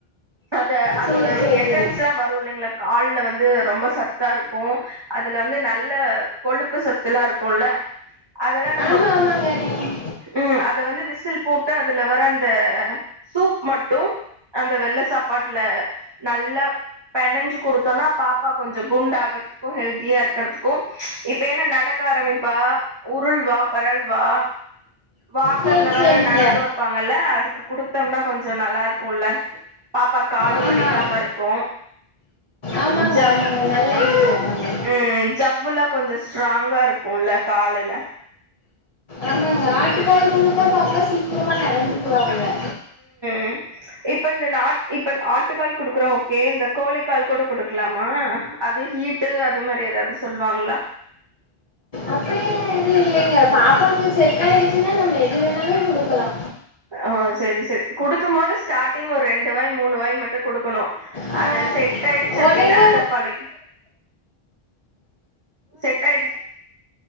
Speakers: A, on the right; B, on the left.
A: அத அதோட
B: சரி சரிங்க
A: எசன்ஸ்லா வருல்லைங்களா கால்ல வந்து ரொம்ப சத்தா இருக்கு அதுல வந்து நல்ல கொழுப்பு சத்துல்லா இருக்குல்ல அதெல்லா நம்ம
B: ஆமாம் ஆமாங்க நீங்கள்
A: ம் அத வந்து விசில் போட்டு அதுல வர அந்த சூப் மட்டு அந்த வெள்ள சாப்பாட்ல நல்லா பெனஞ்சு குடுத்தனா பாப்பா கொஞ்ச குண்டு ஆகுறதுக்கு ஹெல்தியா இருக்கிறதுக்கு இப்ப என்ன நடக்க ஆரம்பிப்பா உருள்வா பெரள்வா வாக்கர்ல
B: சரி சரிங்க
A: வேற நடக்க வெப்பாங்கல்ல அதுக்கு குடுத்தம்னா கொஞ்ச நல்லார்க்குல்ல பாப்பா காலு
B: ஆமாம்
A: வலிக்காம இருக்கு
B: ஆமாங்க
A: ஜ
B: ஆமாங்க நல்ல ஐடியா தாங்க
A: ம் ஜவ்வுல்லா கொஞ்ச ஸ்ட்ராங்கா இருக்குல்ல காலுல
B: ஆமாங்க ஆட்டுக்காலு குழுத்தா பாப்பா சீக்கிரமா நடந்துக்குவாங்க
A: ம் இப்ப இந்த நாட் இப்ப ஆட்டுக்கால் குடுக்குறோ ஓகே இந்த கோழிக்கால் கூட குடுக்கலாமா? அது ஹீட்டு அது மாரி ஏதாவ்து சொல்வாங்ளா?
B: அப்டியெல்ல எது இல்லைங்க பாப்பாக்கு செட்டாயிடுச்சுன்னா நம்ம எது வேணாலு குடுக்கலா
A: ம் செரி செரி குடுக்கும்போது ஸ்டாட்டிங் ஒரு ரெண்டு வாய் மூணு வாய் மட்டு குடுக்கணு
B: ஆ,
A: அது செட் செட் ஆயிடுச்சு அப்படின்னா
B: உடனே
A: அத பழய் செட் ஆய்டுச்